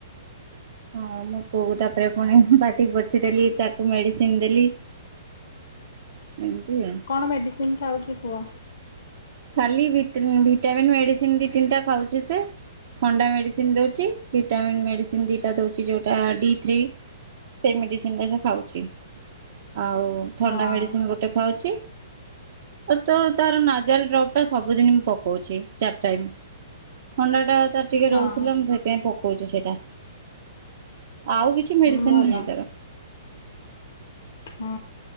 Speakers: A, on the right; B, on the left.
A: ହଁ ମୁଁ କୋଉକୁ ତାପରେ ପୁଣି ପାଟି ପୋଛିଦେଲି ତାକୁ ମେଡ଼ିସିନ ଦେଲି ଏମିତି ଆ
B: <inaudible>
A: ଖାଲି ଭିଟାମିିନ ମେଡିସିନ ଦି ତିନିଟା ଖାଉଛି ଥଣ୍ଡା ମେଡ଼ିସିନ ଦେଉଛି ଭିଟାମିନ୍ ମେଡ଼ିସିନ ଦୁଇଟା ଦେଉଛି ଯେଉଁଟା ଡି ଥ୍ରୀ ସେଇ ମେଡିସିନଟା ସେ ଖାଉଛି, ଆଉ ଥଣ୍ଡା
B: ହଁ
A: ମେଡିସିନ ଗୋଟେ ଖାଉଛି, ଆଉ ତ ତାର ନା ନାସାଲଡ୍ରପଟା ସବୁଦିନ ମୁଁ ପକଉଛି, ଚାରି ଟାଇମ ଥଣ୍ଡାଟା ତାର ଟିକେ
B: ହଁ
A: ରହୁଥିଲା, ସେଥି ପକଉଛି ସେଟା ଆଉ କିଛି ମେଡିସିନ
B: ଭଲ
A: ନାହିଁ ତାର
B: ହୁଁ